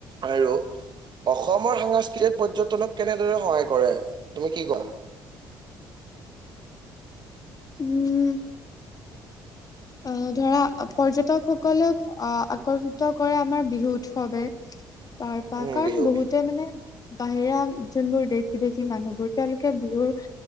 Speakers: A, on the right; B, on the left.
A: আৰু অসমৰ সাঙাস্কৃতিয়ে পৰ্যটনক কেনেদৰে সহায় কৰে, তুমি কি কোৱা?
B: উম, অ, ধৰা পৰ্যটকসকলক আ, আকৰ্ষিত কৰে আমাৰ বিহু উৎখবে, তাৰপা
A: উম,
B: কাৰণ
A: বিহু
B: বহুতে
A: বিহু
B: মানে বাহিৰা যোনবোৰ দেশ-বিদেশী মানুহবোৰ তেওঁলোকে বিহুৰ